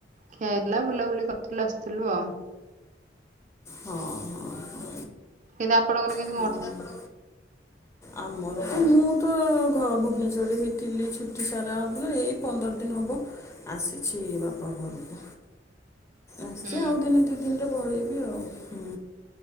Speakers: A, on the right; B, on the left.
A: ଖିଆ ହେଇଥିଲା ବୁଲାବୁଲି କରିଥିଲୁ ଆସିଥିଲୁ ଆଉ।
B: ହଁ ହଁ ହଁ।
A: କି ଆପଣଙ୍କର <unintelligible>
B: ହ <inaudible> ଆମର ତ ମୁଁ ତ ଘ ଭୁବନେଶ୍ୱରରେ ଥିଲି ଛୁଟି ସାରା ପରେ ଏଇ ପନ୍ଦର ଦିନ ହବ ଆସିଛି ବାପା ଘରକୁ। ଆସିଛି
A: ହୁଁ
B: ଆଉ ଦିନେ ଦିଦିନି ରେ ପଳେଇବି ଆଉ, ହୁଁ